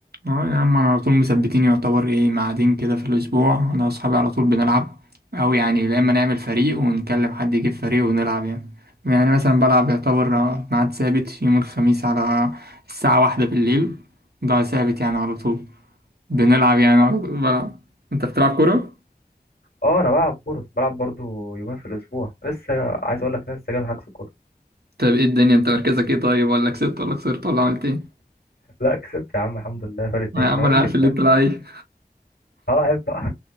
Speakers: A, on the right (about 80°); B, on the left (about 80°).
A: اه يا عم أنا على طول مثبتين يعتبر إيه ميعادين كده في الأسبوع أنا وأصحابي على طول بنلعب أو يعني يا إما نعمل فريق ونكلم حد يجيب فريق ونلعب يعني يعني مثلا بلعب يعتبر ميعاد ثابت يوم الخميس على الساعة واحدة بالليل ده ثابت يعني على طول بنلعب يعني على طول بلعب أنت بتلعب كورة؟
B: اه انا بلعب كوره بلعب برضو يومين في الاسبوع لسه عايز اقول لك لسه جاي من حجز كوره
A: طب ايه الدنيا انت مركزك ايه طيب ولا كسبت ولا خسرت ولا عملت ايه؟
B: لا كسبت يا عم الحمد لله فرق اتنين
A: آه يا عم
B: انا وينج
A: انا عارف
B: شمال
A: اللي انت لعيب
B: اه عيب بقى